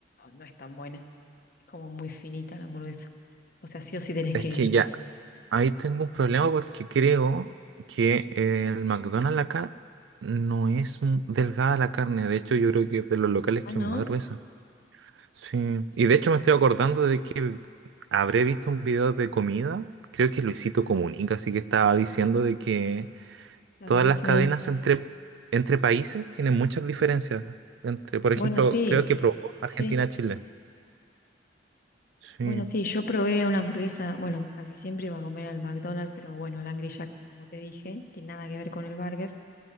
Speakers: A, on the left; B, on the right.
A: no no es tan buena como muy finita la hamburguesa. O sea, sí o sí tenés
B: Es
A: que.
B: que ya, ahí tengo un problema porque creo que el McDonald's acá no es m- delgada la carne. De hecho, yo creo que es de los locales
A: Ah,
B: que
A: ¿no?
B: es más gruesa. Sí, y de hecho me estoy acordando de que habré visto un video de comida, creo que Luisito
A: Mm,
B: Comunica, así que estaba diciendo de que
A: La
B: todas
A: hamburguesa
B: las cadenas
A: es.
B: entre, entre países tienen muchas diferencias. Entre, por
A: Bueno,
B: ejemplo,
A: sí,
B: creo que probó Argentina-Chile.
A: sí.
B: Sí.
A: Bueno, sí, yo probé una hamburguesa. Bueno, casi siempre iba a comer al McDonald's, pero bueno, el Angry Jack's, como te dije, que nada que ver con el burger.